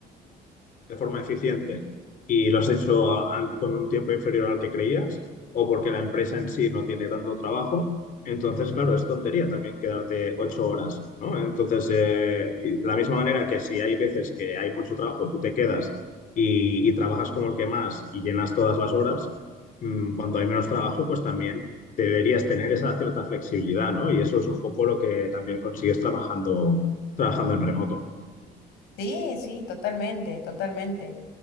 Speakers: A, on the left; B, on the left.
A: de forma eficiente y lo has hecho a- an- con un tiempo inferior al que creías o porque la empresa en sí no tiene tanto trabajo. Entonces, claro, es tontería también quedarte ocho horas, ¿no? Entonces, eh, y de la misma manera que si hay veces que hay mucho trabajo, tú te quedas y, y trabajas como el que más y llenas todas las horas, mm, cuando hay menos trabajo, pues también deberías tener esa cierta flexibilidad, ¿no? Y eso es un poco lo que también consigues trabajando, trabajando en remoto.
B: Sí, sí, totalmente, totalmente.